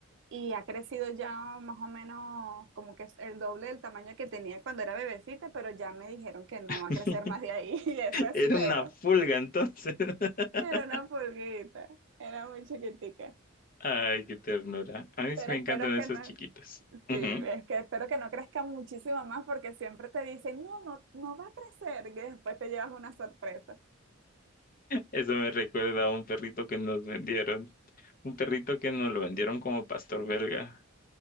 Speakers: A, on the right (about 55°); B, on the left (about 40°).
A: y ha crecido ya más o menos como que es el doble del tamaño que tenía cuando era bebecita, pero ya me dijeron que no
B: <laughs>
A: va a crecer más de ahí <laughs> y eso espero.
B: Era una pulga entonces. <laughs>
A: Era una pulguita, era muy chiquitica.
B: Ay, qué ternura. A mí
A: Pero
B: sí me
A: espero
B: encantan esos
A: que no,
B: chiquitos. Ujú.
A: sí, es que espero que no crezca muchísimo más porque siempre te dicen, no, no, no va a crecer y después te llevas una sorpresa.
B: Eso me recuerda a un perrito que nos vendieron. Un perrito que nos lo vendieron como pastor belga.